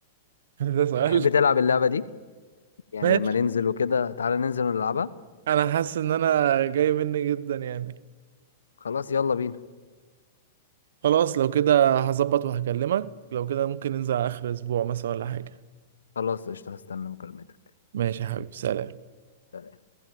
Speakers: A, on the right (about 70°); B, on the left (about 85°).
A: <laughs> ده سؤال
B: تحب تلعب اللعبه دي يعني
A: ماشي
B: لما ننزل وكده تعالى ننزل ونلعبها
A: انا حاسس ان انا جاي مني جدا يعني
B: خلاص يلا بينا
A: خلاص لو كده هظبط وهكلمك لو كده ممكن ننزل على اخر اسبوع مثلا ولا حاجة
B: خلاص قشطه هستنى مكالمتك
A: ماشي يا حبيبي سلام
B: سلام.